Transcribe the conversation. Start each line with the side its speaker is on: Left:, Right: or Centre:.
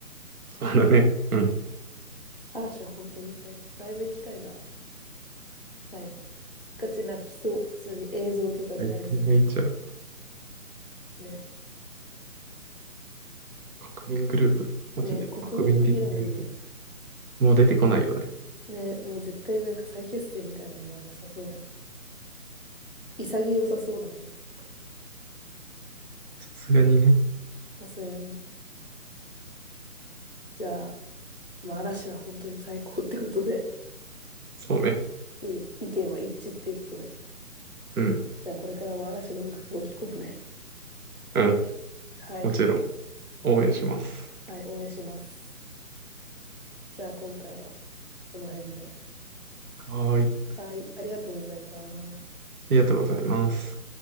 Right: そうだね。うん。
Left: 嵐は本当に最高。ライブ行きたいな、最後。ガチ泣きそう、普通に映像とかでライブ見ても。
Right: 大体ネイチャー。
Left: ね。
Right: 国民グループ。マジで。
Left: ね、国民的だもんね。
Right: 国民的グループ。もう出てこないよね。
Left: ね、もう絶対なんか再結成みたいなのはなさそうだよね。潔さそうだもん、なんか。
Right: さすがにね。
Left: さすがにね。じゃあ、まあ嵐は本当に最高ってことで、
Right: そうね。
Left: いいね意見は一致っていうことで。
Right: うん。
Left: じゃあこれからも嵐の音楽を聴こうね。
Right: うん。
Left: はい。
Right: もちろん。応援します。
Left: はい、応援します。じゃあ今回はこの辺で。
Right: はーい。
Left: はい、
Right: あ
Left: ありがとうございます。
Right: りがとうございます。